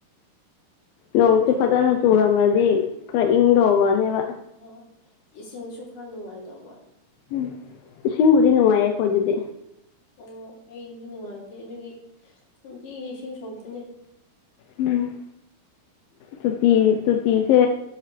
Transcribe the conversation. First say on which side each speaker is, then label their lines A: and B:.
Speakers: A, on the left; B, on the left.
A: ꯄꯨꯡ
B: ꯅꯣꯡꯁꯤ
A: ꯇꯔꯨꯛ
B: ꯐꯖꯅ ꯆꯨꯔꯝꯃ꯭ꯔꯗꯤ ꯈꯔ ꯏꯪꯗꯧꯕꯅꯦꯕ
A: ꯑ ꯏꯁꯤꯡꯁꯨ ꯈꯔ ꯅꯨꯡꯉꯥꯏꯗꯧꯕ
B: ꯎꯝ ꯏꯁꯤꯡꯕꯨꯗꯤ ꯅꯨꯡꯉꯥꯏꯌꯦ ꯑꯩꯈꯣꯏ ꯑꯗꯨꯗꯤ
A: ꯑꯣ ꯑꯩꯗꯤ ꯅꯨꯡꯉꯥꯏꯇꯦ ꯑꯗꯨꯒꯤ ꯅꯨꯡꯇꯤꯒꯤ ꯏꯁꯤꯡ ꯁꯣꯛꯄꯅꯦ꯫
B: ꯎꯝ ꯇꯨꯇꯤ ꯇꯨꯔꯇꯤꯁꯦ